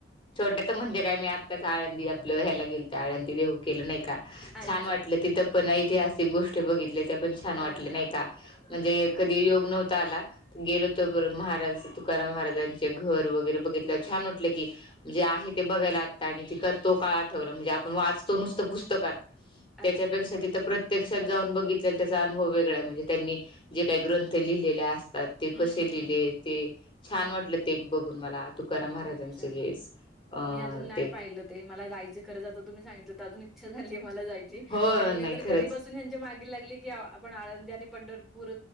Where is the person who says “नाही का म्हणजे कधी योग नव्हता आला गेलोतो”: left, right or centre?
Left